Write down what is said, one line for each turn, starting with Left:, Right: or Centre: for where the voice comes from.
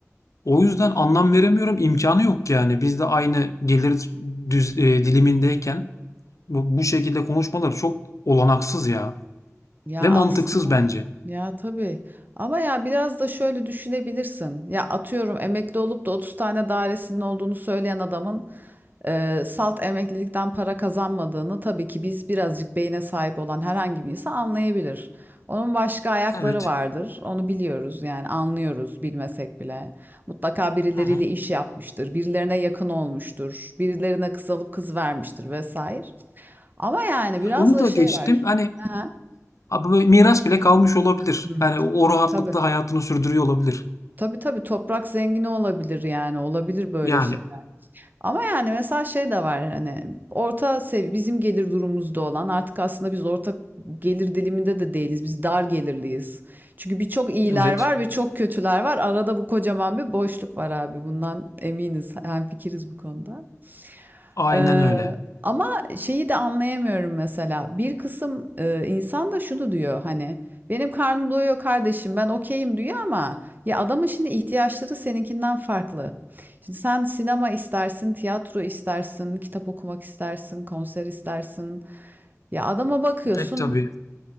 Left: O yüzden anlam veremiyorum. İmkanı yok yani. Biz de aynı gelir düz, eee, dilimindeyken bu, bu şekilde konuşmalar çok olanaksız ya.
Right: Ya
Left: Ve
Right: aslında
Left: mantıksız bence.
Right: Ya tabii. Ama ya biraz da şöyle düşünebilirsin. Ya atıyorum emekli olup da 30 tane dairesinin olduğunu söyleyen adamın e, salt emeklilikten para kazanmadığını tabii ki biz birazcık beyne sahip olan herhangi bir insan anlayabilir. Onun başka ayakları
Left: Evet.
Right: vardır. Onu biliyoruz yani anlıyoruz bilmesek bile. Mutlaka birileriyle
Left: Hı hı.
Right: iş yapmıştır, birilerine yakın olmuştur, birilerine kız alıp kız vermiştir vesaire. Ama yani biraz
Left: Onu
Right: da
Left: da
Right: şey
Left: geçtim.
Right: var.
Left: Hani
Right: Aha.
Left: abi böyle miras bile kalmış olabilir.
Right: Hı.
Left: Yani o rahatlıkta
Right: Tabii.
Left: hayatını sürdürüyor olabilir.
Right: Tabii, tabii, toprak zengini olabilir yani, olabilir böyle
Left: Yani
Right: şey. Ama yani mesela şey de var hani orta sev bizim gelir durumumuzda olan artık aslında biz orta gelir diliminde de değiliz. Biz dar gelirliyiz. Çünkü birçok iyiler
Left: evet.
Right: var ve çok kötüler var. Arada bu kocaman bir boşluk var abi. Bundan eminiz. Hemfikiriz bu konuda.
Left: Aynen
Right: Eee,
Left: öyle.
Right: ama şeyi de anlayamıyorum mesela. Bir kısım eee, insan da şunu diyor hani benim karnım doyuyor kardeşim ben okeyim diyor ama ya adamın şimdi ihtiyaçları seninkinden farklı. Şimdi sen sinema istersin, tiyatro istersin, kitap okumak istersin, konser istersin. Ya adama bakıyorsun
Left: Pek tabii.